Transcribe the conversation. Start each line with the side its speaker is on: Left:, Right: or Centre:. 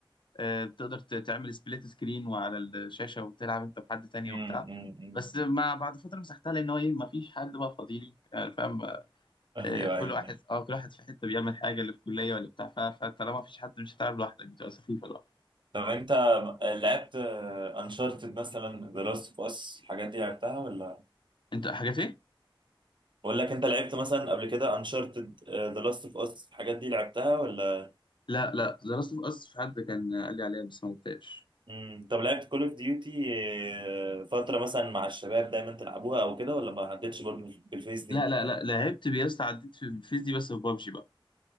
Left: أه بتقدر ت- تعمل سبليت سكرين وعلى الشاشه وتلعب انت بحد تاني
Right: امم
Left: وبتاع
Right: امم أمم.
Left: بس ما بعد فتره مسحتها لان هو ايه ما فيش حد بقى فاضيلي آه، فاهم
Right: ايوه
Left: آه، كل
Right: ايوه
Left: واحد
Right: ايوه.
Left: اه كل واحد في حته بيعمل حاجه اللي في الكليه ولا بتاع ف- فطالما ما فيش حد مش هتلعب لوحدك بتبقى سخيفه لوحدك
Right: طب انت لعبت انشارتد مثلا ذا لاست اوف اس الحاجات دي لعبتها ولا
Left: انت حاجات ايه
Right: بقول لك انت لعبت مثلا قبل كده انشارتد ذا لاست اوف اس الحاجات دي لعبتها ولا
Left: لا لا ذا لاست اوف اس في حد كان قال لي عليها بس ما لعبتهاش
Right: مم. طب لعبت كول اوف ديوتي فترة مثلا مع الشباب دايما تلعبوها او كده ولا ما عدتش برضه بالفيس دي
Left: لا لا لا لعبت بيست عديت في الفيز دي بس في بابجي بقى